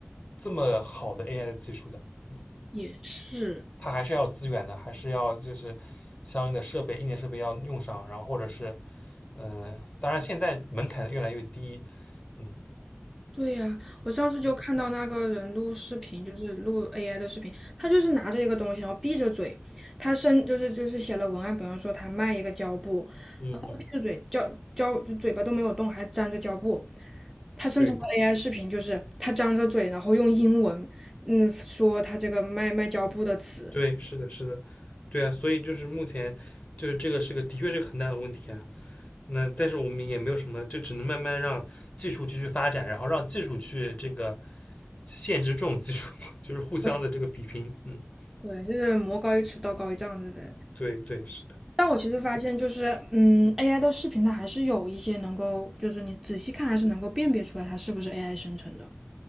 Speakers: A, on the left; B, in the centre.
A: 这么好的 AI 的技术的。嗯。
B: 也是。
A: 它还是要资源的，还是要就是相应的设备、硬件设备要用上，然后或者是，呃，当然现在门槛越来越低，嗯
B: 对呀，我上次就看到那个人录视频，
A: 嗯
B: 就是录 AI 的视频，他就是拿着一个东西，然后闭着嘴，他生就是就是写了文案，比方说他卖一个胶布，
A: 嗯嗯，
B: 闭着嘴，胶胶就嘴巴都没有动，还粘着胶布。他生成的
A: 对
B: AI 视频就是他张着嘴，然后用英文，嗯，说他这个卖卖胶布的词。
A: 对，是的，是的，对啊，所以就是目前就是这个是个的确是个很大的问题啊。那但是我们也没有什么，就只能慢慢让技术继续发展，然后让技术去这个限制这种技术，<laughs> 就是互相的这个比拼。
B: 对
A: 嗯，
B: 对，就是魔高一尺，道高一丈，对不对
A: 对对，是的。
B: 但我其实发现，就是嗯，AI 的视频它还是有一些能够，就是你仔细看还是能够辨别出来它是不是 AI 生成的。